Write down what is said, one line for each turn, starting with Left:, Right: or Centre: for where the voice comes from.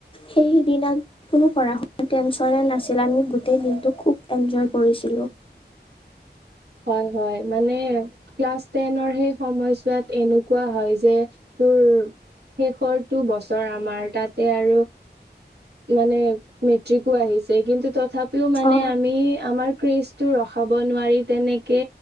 Left: সেই দিনা কোনো পঢ়া শুনা টেনচনে নাছিলে আমি গোটেই দিনটো খুব এনজয় কৰিছিলোঁ
Right: হয় হয় মানে ক্লাছ টেনৰ সেই সময়ছোৱাত এনেকুৱা হয় যে তোৰ শেষৰটো বছৰ আমাৰ তাতে আৰু মানে মেট্ৰিকো আহিছে কিন্তু তথাপিও মানে
Left: অ
Right: আমি আমাৰ ক্ৰেজ টো ৰখাব নোৱাৰি তেনেকে